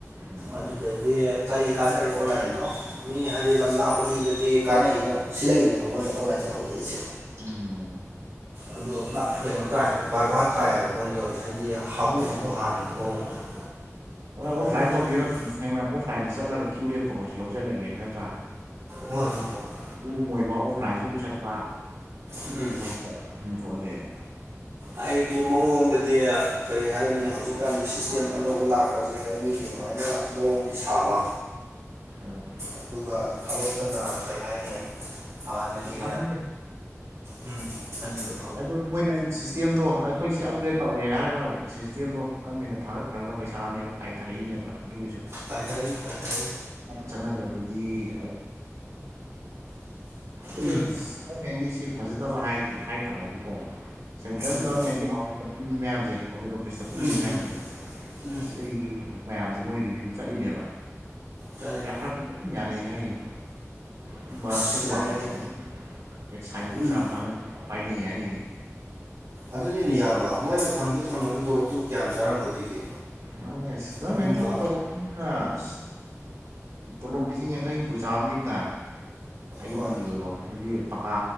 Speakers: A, on the right; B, on the right.
A: ꯎꯝ
B: ꯑꯗꯨꯗꯗꯤ ꯀꯔꯤ ꯀꯥꯟꯅꯔꯤ ꯑꯣꯟꯂꯥꯏꯟꯗꯣ ꯃꯤ ꯍꯥꯏꯗꯤ ꯂꯝ ꯂꯥꯛꯄ ꯃꯤꯗꯗꯤ ꯀꯥꯟꯅꯩ ꯑ ꯁꯤꯜꯂꯛꯏꯅꯦꯕ ꯃꯣꯏꯅ ꯑꯣꯟꯂꯥꯏꯟ ꯇꯧꯍꯜꯂꯛꯏꯁꯦ
A: ꯎꯝ
B: ꯑꯗꯣ <unintelligible> ꯀꯩꯅꯣ ꯇꯥꯏꯌꯦꯕ ꯕꯔꯕꯥꯔ ꯇꯥꯏꯌꯦꯕ ꯃꯣꯏ ꯇꯧꯔꯤ ꯍꯥꯏꯗꯤ ꯍꯥꯃꯨ ꯍꯥꯃꯨ ꯍꯥꯟꯅꯒꯤ ꯃꯑꯣꯡꯗꯣ <inaudible>
A: ꯍꯣꯏ ꯑꯣꯐꯂꯥꯏꯟ
B: ꯑꯗꯨꯗ
A: ꯇꯧꯕꯤꯔꯣ
B: ꯎꯝ,
A: ꯁꯦꯡꯅ ꯑꯣꯐꯂꯥꯏꯗ ꯆꯠꯂꯒ ꯀꯤꯌꯨ ꯂꯦꯞꯄꯒ ꯑꫭꯏꯁꯨ ꯂꯧꯖꯔꯒꯦ ꯅꯠꯇ꯭ꯔꯥ
B: ꯍꯣꯏ ꯍꯣꯏ ꯍꯣꯏ
A: <unintelligible> ꯑꯣꯐꯂꯥꯏꯟꯁꯨ ꯑꯃꯨꯛ ꯆꯠꯄ
B: ꯎꯝ
A: <unintelligible> ꯐꯣꯂꯦ
B: ꯑꯩꯒꯤ ꯃꯑꯣꯡꯗꯗꯤ ꯀꯔꯤ ꯍꯥꯏꯅꯤ ꯍꯧꯖꯤꯛꯀꯥꯟꯒꯤ ꯁꯤꯁꯇꯦꯝ ꯑꯅꯧꯕ ꯂꯥꯛꯄꯁꯦ ꯃꯤꯒꯤ ꯑꯗꯨꯃꯥꯏꯅ ꯃꯑꯣꯡꯗꯤ ꯁꯥꯕ
A: ꯑꯥ
B: ꯑꯗꯨꯒ ꯊꯕꯛꯇꯅ ꯀꯔꯤ ꯍꯥꯏꯅꯤ ꯍꯥꯟꯅꯒꯤ
A: ꯄꯩꯁꯥꯗꯤ
B: ꯎꯝ ꯑꯟꯖꯤꯟꯕ
A: ꯑꯗꯨꯅꯤ ꯃꯣꯏ ꯅꯥꯟ ꯁꯤꯁ ꯁꯤꯁꯇꯦꯝꯗꯣ ꯑꯩꯈꯣꯏ ꯁꯤ ꯑꯞꯒ꯭ꯔꯦꯗ ꯇꯧꯔꯦ ꯍꯥꯏꯔꯒ ꯁꯤꯁꯇꯦꯝꯗꯣ ꯒꯃꯦꯟꯅ ꯊꯥꯒꯠꯈ꯭ꯔꯒ ꯄꯩꯁꯥꯅꯦꯕ ꯀꯥꯏꯊꯔꯛꯏꯅꯦꯕ ꯑꯗꯨꯒꯤꯁꯨ
B: ꯀꯥꯏꯊꯔꯛꯏꯅꯦ ꯀꯥꯏꯊꯔꯛꯏꯅꯦ
A: ꯆꯠꯅꯗꯕꯗꯨꯗꯤ <unintelligible>
B: ꯎꯝ
A: ꯒꯣꯃꯦꯟꯒꯤ ꯁꯤ ꯐꯖꯗꯕ ꯍꯥꯏ ꯍꯥꯏꯇꯥꯔꯗꯤꯀꯣ ꯁꯦꯟꯇ꯭ꯔꯦꯜ
B: ꯎꯝ
A: ꯒꯔꯃꯦꯟꯒꯤ ꯑꯣꯐꯤꯁꯇ ꯐꯝꯃꯤ ꯃꯌꯥꯝꯁꯦ ꯑꯣꯗꯤꯠ ꯑꯣꯐꯤꯁꯇ ꯐꯝꯃꯤ
B: ꯎꯝ
A: ꯃꯌꯥꯝꯁꯦ
B: ꯎꯝ ꯎꯝ
A: ꯁꯤꯒꯤ ꯃꯌꯥꯝꯁꯦ ꯃꯣꯏ ꯔꯤꯚꯤꯌꯨ ꯆꯠꯂꯤꯅꯦꯕ
B: ꯇꯥꯏ
A: ꯄꯩꯁꯥ ꯀꯥꯗ ꯌꯥꯅꯤꯍꯥꯏ <unintelligible>
B: ꯑꯁ
A: ꯐꯤꯜ
B: ꯌꯥꯏ
A: ꯋꯥꯥꯛ ꯇꯤ
B: ꯌꯥꯏ
A: <unintelligible> ꯑꯦꯛ ꯁꯥꯏꯠꯒꯁꯨ
B: ꯎꯝ
A: ꯌꯥꯝ ꯐꯪꯉꯦ ꯄꯥꯏꯅꯩ ꯍꯥꯏꯔꯤꯅꯦ
B: ꯑꯗꯨꯅꯤꯅꯦ
A: ꯑꯁꯤ
B: ꯏꯌꯥꯝꯕ ꯃꯣꯏꯅ ꯐꯪꯗꯦ ꯐꯪꯉꯕ ꯇꯣꯂꯣꯞꯇꯨꯕꯨ ꯀꯌꯥꯝ ꯆꯥꯔꯝꯒꯗꯣꯏꯒꯦ
A: ꯃꯥꯅꯦꯁ ꯒꫭꯚꯃꯦꯟ
B: ꯑꯗꯨꯝꯕ
A: ꯊꯕꯛ ꯇꯧꯕ <unintelligible> ꯇꯣꯂꯣꯞ ꯂꯤꯁꯤꯡ ꯌꯥꯡꯈꯩ ꯍꯨꯝꯐꯨ ꯆꯥꯕ ꯃꯤ ꯑꯃꯅ ꯑꯩꯗꯤꯒꯤ
B: ꯍꯣꯏ
A: <unintelligible> ꯋꯥꯐꯝꯗꯨꯗꯤ ꯄꯀꯥ